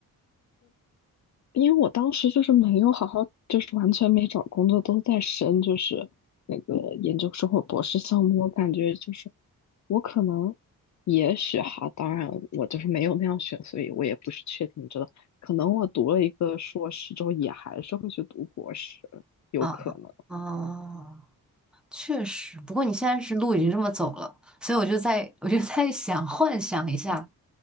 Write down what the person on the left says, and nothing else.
因为我当时就是没有好好，就是完全没找工作，都在申就是那个研究生或博士项目。我感觉就是我可能，也许哈，当然我就是没有那样选，所以我也不是确定知道，可能我读了一个硕士之后，也还是会去读博士，有可能。
嗯。